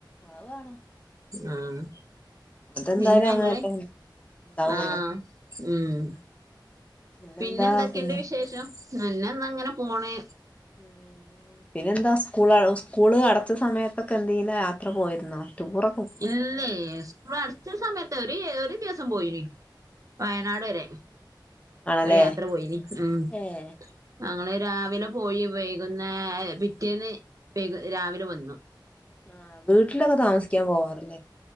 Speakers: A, on the left; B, on the right.
A: ആവാണ്
B: ആഹ്
A: അതെന്തായാലും
B: പിന്നെങ്ങളെ
A: അങ്ങനെയല്ലേ ഉണ്ടാവുള്ളു
B: ആഹ് ഉമ്മ്
A: പിന്നെന്താ
B: പിന്നെ എന്തൊക്കെയുണ്ട്
A: പിന്നെ
B: വിശേഷം ഞങ്ങൾ അങ്ങനെ പോണേ
A: ഉം പിന്നെ എന്താ സ്കൂൾ സ്കൂൾ അടച്ച സമയത്തൊക്കെ എന്തേലും യാത്ര പോയിരുന്നോ ടൂർ
B: ഇല്ലെ സ്കൂൾ അടിച്ച സമയത്ത് ഒരു ഒരു ദിവസം പോയിന് വയനാട് വരെ
A: ആണല്ലേ
B: ഒരു യാത്ര പോയിന് ഉം
A: ഏഹ്
B: ഞങ്ങള് രാവിലെ പോയി വൈകുനേരം പിറ്റേന്ന് വൈകു രാവിലെ വന്നു
A: ആഹ് വീട്ടിലൊക്കെ താമസിക്കാൻ പോവാറില്ലേ